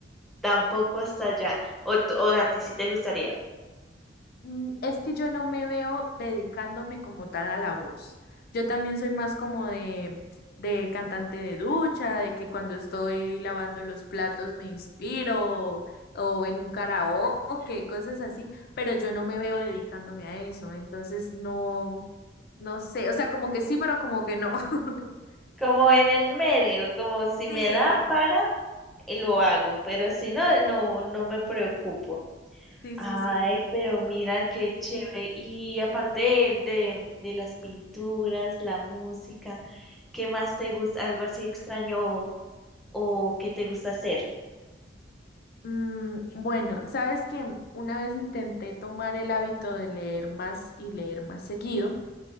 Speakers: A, in the centre; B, on the left.
A: tampoco hasta allá. O, t- o a ti sí te gustaría.
B: Mm, Es que yo no me veo dedicándome como tal a la voz. Yo también soy más como de, de cantante de ducha, de que cuando estoy lavando los platos me inspiro, o en un karaoke, cosas así, pero yo no me veo dedicándome a eso. Entonces no, no sé, o sea, como que sí, pero como que no. <laughs>
A: Como en el medio, como si
B: Sí,
A: me da para, eh, lo hago, pero si no, no, no me preocupo.
B: sí,
A: Ay,
B: sí, sí.
A: pero mira qué chévere. Y aparte de, de, de las pinturas, la música, ¿qué más te gusta? ¿Algo así extraño o, o que te gusta hacer?
B: Mm, bueno, sabes que una vez intenté tomar el hábito de leer más y leer más seguido.